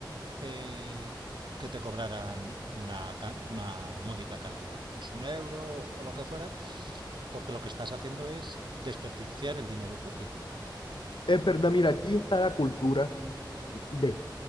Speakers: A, on the right; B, on the left.
A: eh, que te cobraran una, una módica cantidad, pues un euro o lo que fuera, porque lo que estás haciendo es desperdiciar el dinero público.
B: Es verdad, mira, aquí está la cultura de